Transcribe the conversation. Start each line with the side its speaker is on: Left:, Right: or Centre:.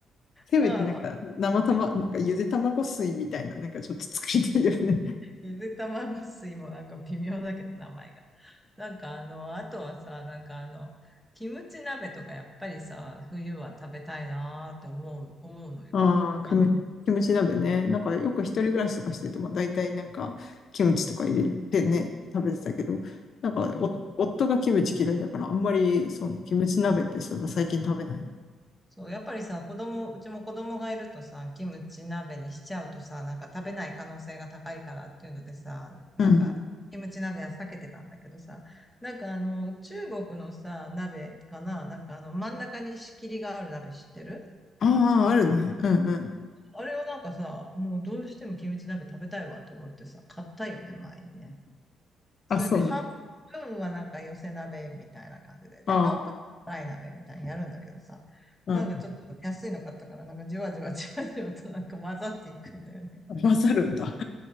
Left: せめてなんか生卵、
Centre: まあ、
Left: なんかゆで卵水みたいななんかちょっと作りたいよね。
Centre: ゆで卵水もなんか微妙だけど、名前が。なんかあの、あとはさ、なんかあの、キムチ鍋とかやっぱりさ、冬は食べたいなーって思う、思うのよ。
Left: ああ、
Centre: 思わない
Left: キム、キムチ鍋ね。なんかよく一人暮らしとかしてると、まあ大体なんかキムチとか入れてね、食べてたけど、なんかお夫がキムチ嫌いだからあんまりそうね、
Centre: そうそう。
Left: キムチ鍋ってそういえば最近食べない。
Centre: そう、やっぱりさ、子供、うちも子供がいるとさ、キムチ鍋にしちゃうとさ、なんか食べない可能性が高いからっていうのでさ、なんか、
Left: うん。
Centre: キムチ鍋は避けてたんだけどさ、なんかあの、中国のさ、鍋かな、なんかあの、真ん中に仕切りがある鍋知ってる
Left: ああ、あるね。うんうん。
Centre: あれをなんかさ、もうどうしてもキムチ鍋食べたいわと思ってさ、買ったよね、前にね。それで半
Left: あ、そうな。
Centre: 分はなんか寄せ鍋みたいな感じで。
Left: ああ、
Centre: で、半分は辛い鍋みたいにやるんだけどさ、
Left: うん。
Centre: なんかちょっと安いの買ったから、なんかじわじわじわじわとなんか混ざっていくんだよね。
Left: 混ざるんだ。